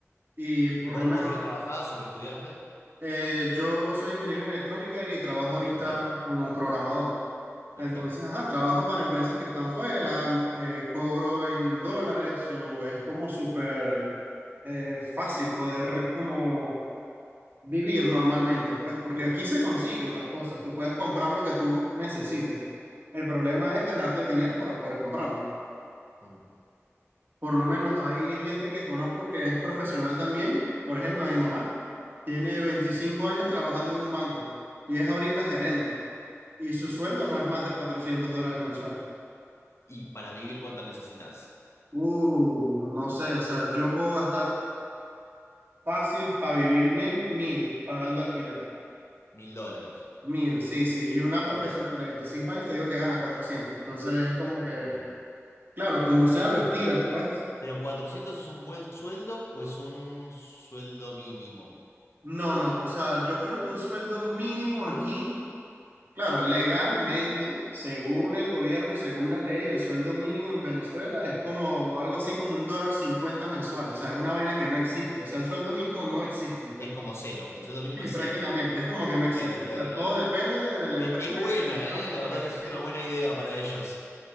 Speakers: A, on the right (about 45°); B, on the left (about 65°).
A: Y por
B: ¿Vos,
A: lo menos
B: vos de qué trabajás o qué estudiaste?
A: Eh, yo soy ingeniero en electrónica y trabajo ahorita
B: Perfecto,
A: como programador.
B: perfecto.
A: Entonces, ajá, trabajo para empresas que están fuera, eh, cobro en dólares o es como súper eh, fácil poder como vivir normalmente, pues, porque aquí se consiguen las cosas, tú puedes comprar lo que tú necesites. El problema es ganarte el dinero para poder comprarlo.
B: Mm.
A: Por lo menos hay gente que conozco que es profesional también, por ejemplo, a mi mamá tiene 25 años trabajando en un banco y es ahorita gerente y su sueldo no es más de 400 dólares mensuales.
B: ¿Y para vivir cuánto necesitas?
A: Uh, no sé, o sea, yo puedo gastar fácil para vivir bien mil pagando alquiler.
B: Mil dólares.
A: Mil, sí, sí. Y una profesional
B: Mm,
A: de 25 años te digo que gana cuatrocientos Entonces es como que,
B: ujú.
A: claro, como sea, lo estiras, pues.
B: ¿Pero 400 es un buen sueldo o es un sueldo mínimo?
A: No, no, o sea, yo creo que un sueldo mínimo aquí Claro, legalmente, según el gobierno y según la ley, el sueldo mínimo en Venezuela es como algo así como un dólar cincuenta mensual. O sea, es una vaina que no existe. O sea, el sueldo mínimo no existe ya.
B: Es como cero, el sueldo mínimo
A: Sí,
B: es
A: prácticamente,
B: cero, digamos.
A: es como que no existe.
B: Claro, claro,
A: O sea,
B: claro.
A: todo depende de, de la
B: E-
A: empresa
B: Es,
A: que
B: buena,
A: te contrata
B: ¿eh? La
A: y lo
B: verdad
A: que te
B: que es
A: quiera.
B: una buena
A: ofrecer.
B: idea para ellos.